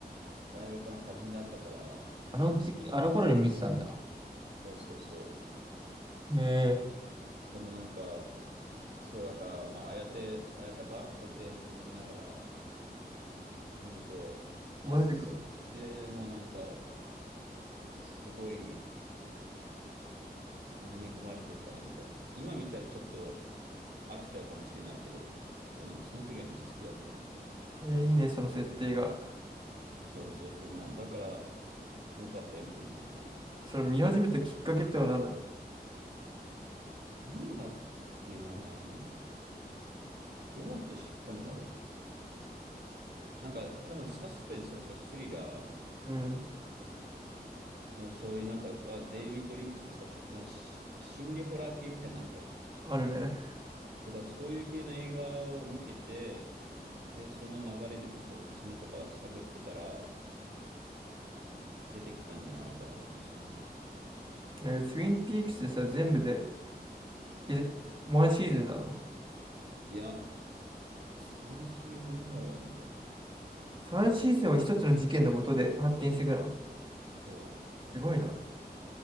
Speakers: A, on the right; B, on the right.
A: 大学の初めだったから、
B: あの時期、
A: まあ、じ
B: あの頃に見てたんだ。
A: そうそうそ
B: へえ
A: う。でもなんか、そうだから、まあ、あやて、あやたか片手に飲みながら見てて、まあ、
B: マジか。
A: それでもうなんか、すごい、飲み込まれてったらみたいな。今見たらちょっと飽きちゃうかもしれないけど、ちょっとなんかその時はめっちゃ好きだったなっていう。
B: えー、いいね、その設定が。
A: そうそうそう。まあ、だから、よかったよ、見てみてっていう。
B: それ見始めたきっかけってのは何だ
A: なんだっけなどうやって知ったんだろう。なんか多分サスペンスとかさ、スリラ
B: うん、
A: ーのそういうなんかは、デイビッド・リンチのさ、ちょっとなんかし心理ホラー系みたいなんじゃん。
B: あるね。
A: だからそういう系の映画を見てて、で、その流れでなんかおすすめとか探ってたら、出てきたんじゃないかな、おすすめみたいなんで。
B: えー、ツインピークスでさ、全部で、え、ワンシーズンなの
A: いや、3シーズンぐらいあるのかな。
B: ?3 シーズンを一つの事件のもとで発展していくの
A: そう。
B: すごいな。